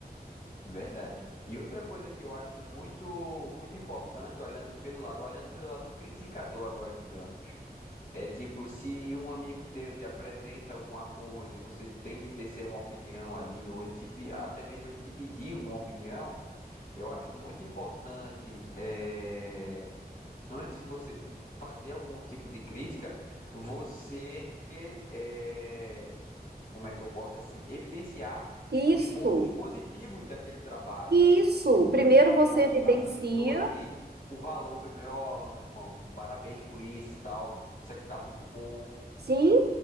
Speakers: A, on the left; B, on the right.
A: Verdade. E outra coisa que eu acho muito muito importante olhando pelo lado, olhando pelo lado do criticador agora, digamos, é tipo se um amigo teu te apresenta alguma coisa e você tem de tecer uma opinião ali, ou ele te, pe- até mesmo ele te pediu uma opinião, eu acho muito importante é, antes de você fazer algum tipo de crítica, você é, como é que eu posso assim evidenciar
B: Isso,
A: os pontos positivos daquele trabalho
B: isso. Primeiro você
A: mostrar
B: evidencia,
A: para a pessoa que o valor primeiro, ó, irmão, parabéns por isso, e tal, isso aqui tá muito bom.
B: sim,